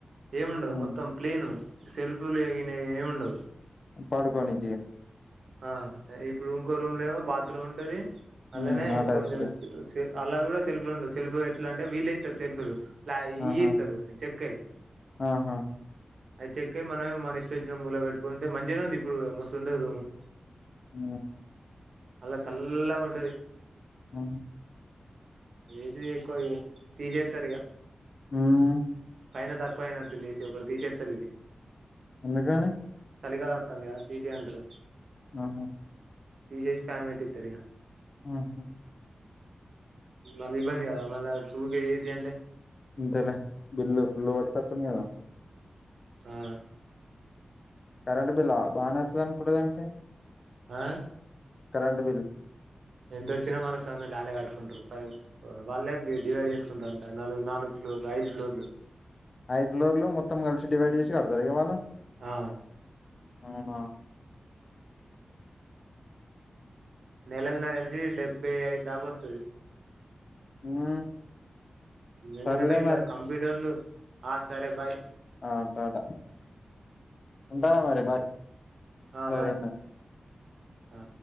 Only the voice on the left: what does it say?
హ్మ్
పడుకోని
హ్మ్
అటాచ్డ్
ఆహా
ఆహా
ఆ
ఆ
మ్
ఎందుకని
ఆహా
ఆహ
అంతలే బిల్ ఫుల్ పడ్తతుందిగా
కరెంట్ బిల్లా బానే వత్తది అనుకుంట దానికి
కరెంట్ బిల్
ఐదుఫోర్లు మొత్తం కలిసి డివైడ్ చేసి కడతరా ఇగ వాళ్ళు
అవునా
హ్మ్
సర్లే
మరి
ఆ అట్టటా ఉంటానా మరి బాయ్
సరే
మరి